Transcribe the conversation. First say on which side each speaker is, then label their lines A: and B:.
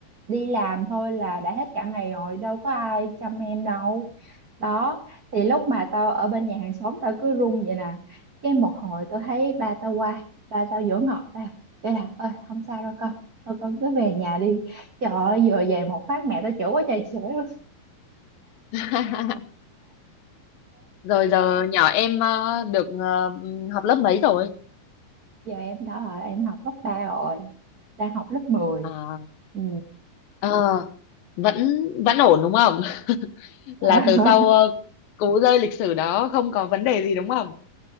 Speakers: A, on the right (about 70°); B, on the left (about 80°).
A: đi làm thôi là đã hết cả ngày rồi đâu có ai chăm em đâu đó thì lúc mà tao ở bên nhà hàng xóm tao cứ run vậy nè cái một hồi tao thấy ba tao qua ba tao dỗ ngọt tao cái là ơi không sao đâu con thôi con cứ về nhà đi trời ơi vừa về một phát mẹ tao chửi quá trời chửi luôn
B: <laughs> Rồi giờ nhỏ em ờ, được ờ, học lớp mấy rồi?
A: giờ em đã hỏi em học lớp 3 rồi đang học lớp mười
B: À,
A: ừ.
B: ờ, vẫn vẫn ổn đúng không? <laughs>
A: <laughs>
B: Là từ sau ờ, cú rơi lịch sử đó không có vấn đề gì đúng không?